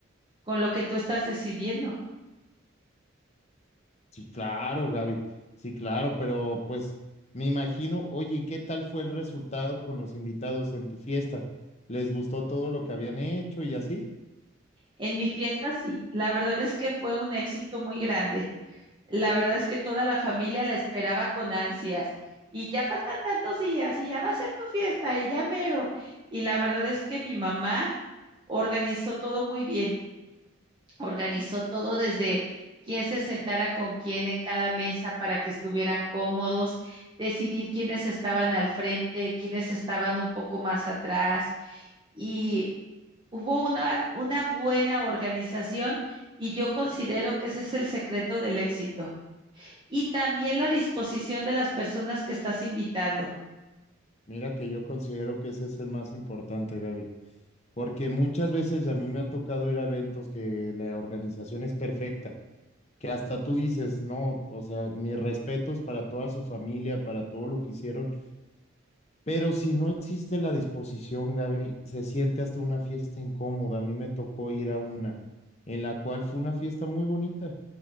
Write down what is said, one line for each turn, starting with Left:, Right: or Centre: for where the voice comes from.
Right: con lo que tú estás decidiendo.
Left: Sí, claro, Gaby, sí, claro, pero pues me imagino, oye, ¿y qué tal fue el resultado con los invitados en tu fiesta? ¿Les gustó todo lo que habían hecho y así?
Right: En mi fiesta sí, la verdad es que fue un éxito muy grande. La verdad es que toda la familia la esperaba con ansias. Y ya faltan tantos días y ya va a ser tu fiesta y ya mero. Y la verdad es que mi mamá organizó todo muy bien, organizó todo desde quién se sentara con quién en cada mesa para que estuvieran cómodos, decidir quiénes estaban al frente, quiénes estaban un poco más atrás. Y hubo una, una buena organización y yo considero que ese es el secreto del éxito. Y también la disposición de las personas que estás invitando.
Left: Mira que yo considero que ese es el más importante, Gaby, porque muchas veces a mí me ha tocado ir a eventos que la organización es perfecta que hasta tú dices, no, o sea, mis respetos para toda su familia, para todo lo que hicieron, pero si no existe la disposición, Gaby, se siente hasta una fiesta incómoda. A mí me tocó ir a una, en la cual fue una fiesta muy bonita,